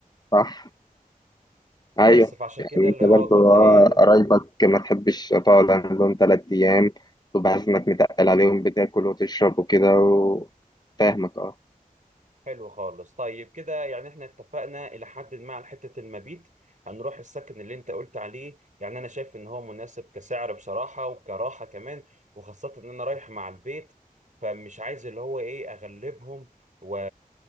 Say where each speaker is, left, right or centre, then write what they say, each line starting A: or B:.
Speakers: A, on the left (about 30°); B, on the right (about 60°).
A: صح ايوه
B: بس فعشان
A: يعني
B: كده اللي
A: انت
B: هو
A: برضه
B: كنت
A: آه،
B: ايه
A: قرايبك ما تحبش تقعد عندهم تلات ايام تبقى حاسس انك متقل عليهم بتاكل وتشرب وكده وفاهمك اه
B: حلو خالص طيب كده يعني احنا اتفقنا الى حد ما على حته المبيت هنروح السكن اللي انت قلت عليه يعني انا شايف ان هو مناسب كسعر بصراحه وكراحه كمان وخاصه ان انا رايح مع البيت فمش عايز اللي هو ايه اغلبهم و...